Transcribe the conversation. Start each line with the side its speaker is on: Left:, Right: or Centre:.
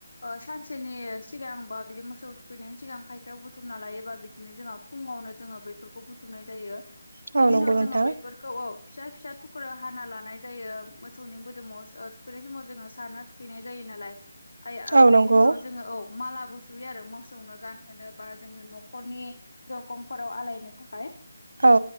Left: ओ सानसेनि सिगां बा बिदि मोसौ थुखैनायनि सिगां खायफायाव बुथुमना लायो बा बिदिनो जोंहा फुङावनो जोङो बैफोरखौ बुथुमनाय जायो।
Right: औ
Left: बिनि
Right: नंगौ
Left: उनाव
Right: नोंथां
Left: जोङो बैफोरखौ औ फिसा- फिसा थुख्रा हाना लानाय जायो मोसौनि मोदोमाव <unintelligible> थुखैनाय समाव जोङो सारना थुखैनाय जायो नालाय आइ ओ
Right: औ
Left: बेनि
Right: नंगौ
Left: उनाव जोङो औ मालाबो सुयो आरो मोसौनो गानहोनो बा जोङो न'खरनि दरखंफोराव आलायनो थाखाय
Right: औ